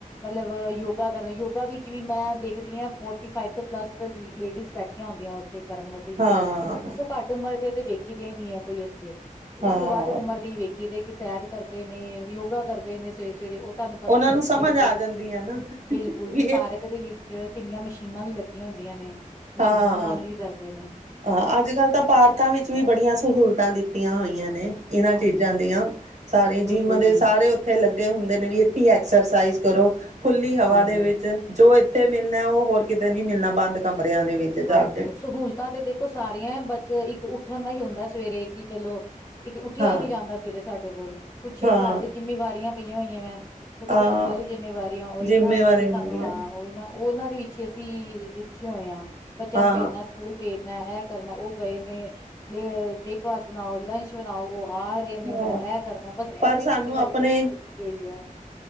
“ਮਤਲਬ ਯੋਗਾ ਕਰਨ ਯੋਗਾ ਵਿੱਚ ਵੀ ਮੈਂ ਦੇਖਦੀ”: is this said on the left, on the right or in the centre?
Left